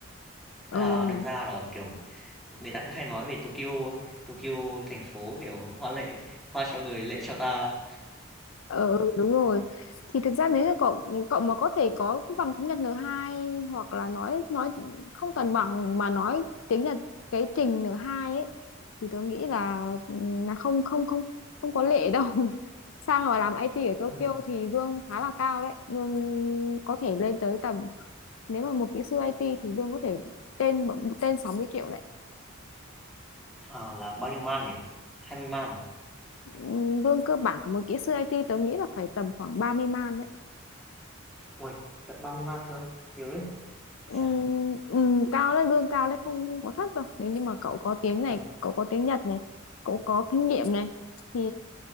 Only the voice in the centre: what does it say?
thế
là đâm ra là, kiểu người ta cứ hay nói về Tokyo Tokyo thành phố kiểu hoa lệ hoa cho người lệ cho ta
ừ.
Ờ, là bao nhiêu man nhỉ hai mươi man à
ui tận 30 man cơ nhiều đấy
Chà,
ờ,